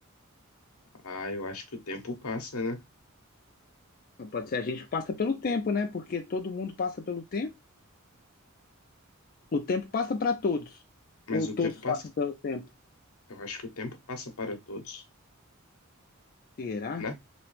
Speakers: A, on the left; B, on the left.
A: Ah, eu acho que o tempo passa, né?
B: Não pode ser a gente que passa pelo tempo, né? Porque todo mundo passa pelo tempo. O tempo passa para todos. Ou
A: Mas
B: todos
A: o tempo passa.
B: passam pelo tempo.
A: Eu acho que o tempo passa para todos,
B: Será?
A: né?